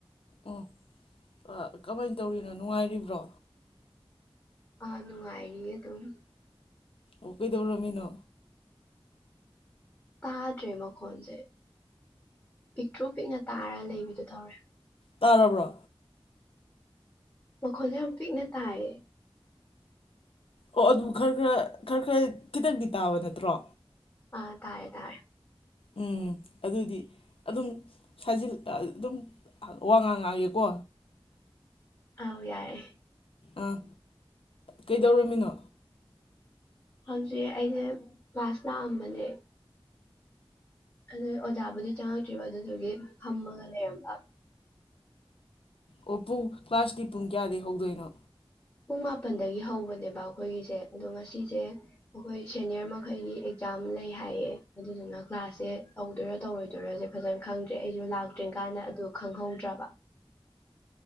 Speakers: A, on the left; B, on the left.
A: ꯑꯣ ꯀꯃꯥꯏꯅ ꯇꯧꯔꯤꯅꯣ ꯅꯨꯡꯉꯥꯏꯔꯤꯕ꯭ꯔꯣ꯫
B: ꯑꯥ ꯅꯨꯡꯉꯥꯏꯔꯤꯌꯦ ꯑꯗꯨꯝ꯫
A: ꯎ ꯀꯩꯗꯧꯔꯝꯃꯤꯅꯣ꯫
B: ꯇꯥꯗ꯭ꯔꯦ ꯃꯈꯣꯟꯁꯦ ꯄꯤꯛꯇ꯭ꯔꯨ ꯄꯤꯛꯅ ꯇꯥꯔ ꯂꯩꯕꯤꯗꯨ ꯇꯧꯔꯦ꯫
A: ꯇꯥꯔꯕ꯭ꯔꯣ꯫
B: ꯃꯈꯣꯟꯜꯁꯦ ꯌꯥꯝ ꯄꯤꯛꯅ ꯇꯥꯏꯌꯦ꯫
A: ꯑꯣ ꯑꯗꯨ ꯈꯔ ꯈꯔ ꯈꯔ ꯈꯔ ꯈꯤꯇꯪꯗꯤ ꯇꯥꯕ ꯅꯠꯇ꯭ꯔꯣ꯫
B: ꯑ ꯇꯥꯔꯦ ꯇꯥꯔꯦ꯫
A: ꯎꯝ ꯑꯗꯨꯗꯤ ꯑꯗꯨꯝ ꯁꯥꯖꯤꯜ ꯑꯗꯨꯝ ꯋꯥ ꯉꯥꯡꯉꯥꯡꯑꯒꯦꯀꯣ꯫
B: ꯑꯧ ꯌꯥꯏꯌꯦ꯫
A: ꯑꯥ ꯀꯩꯗꯧꯔꯝꯃꯤꯅꯣ꯫
B: ꯍꯧꯖꯤꯛ ꯑꯩꯁꯦ ꯀ꯭ꯂꯥꯁ ꯂꯥꯛꯑꯝꯕꯅꯦ ꯑꯗꯨ ꯑꯣꯖꯥꯕꯨꯗꯤ ꯆꯪꯉꯛꯇ꯭ꯔꯤꯕ ꯑꯗꯨꯗꯨꯒꯤ ꯐꯝꯃꯒ ꯂꯩꯔꯝꯕ
A: ꯑꯣ ꯄꯨꯡ ꯀ꯭ꯂꯥꯁꯇꯤ ꯄꯨꯡ ꯀꯌꯥꯗꯒꯤ ꯍꯧꯗꯣꯏꯅꯣ
B: ꯄꯨꯡ ꯃꯥꯄꯜꯗꯒꯤ ꯍꯧꯕꯅꯦꯕ ꯑꯩꯈꯣꯏꯒꯤꯁꯦ ꯑꯗꯣ ꯉꯁꯤꯁꯦ ꯑꯩꯈꯣꯏ ꯁꯦꯅꯤꯌꯔ ꯃꯈꯩꯒꯤ ꯑꯦꯛꯖꯥꯝ ꯂꯩ ꯍꯥꯏꯌꯦ ꯑꯗꯨꯗꯨꯅ ꯀ꯭ꯂꯥꯁꯁꯦ ꯇꯧꯗꯣꯏꯔꯥ ꯇꯧꯔꯣꯏꯗꯣꯏꯔꯁꯦ ꯐꯖꯅ ꯈꯪꯗ꯭ꯔꯦ ꯑꯩꯁꯨ ꯂꯥꯛꯇ꯭ꯔꯤ ꯀꯥꯟꯗ ꯑꯗꯨ ꯈꯪꯍꯧꯗ꯭ꯔꯕ